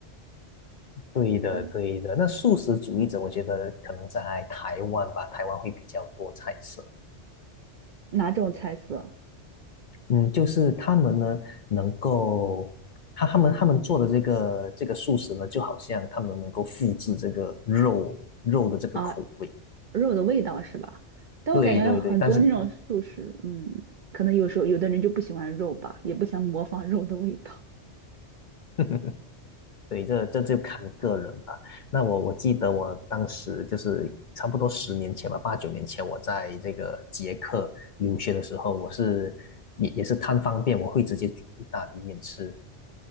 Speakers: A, on the left; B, on the right.
A: 对的，
B: 对，
A: 对的。那素食主义者，我觉得可能在台湾吧，台湾会比较多菜色。
B: 哪种菜色
A: 嗯，就是他们呢，能够他他们他们做的这个这个素食呢，就好像他们能够复制这个肉肉的这个口味。
B: 啊？肉的味道是吧？但我感觉很多那种素食，
A: 对对对，但是
B: 嗯，可能有时候有的人就不喜欢肉吧，也不想模仿肉的味道。
A: <laughs> 对，这这就看个人吧。那我我记得我当时就是差不多十年前吧，八九年前，我在这个捷克留学的时候，我是也也是贪方便，我会直接煮意大利面吃。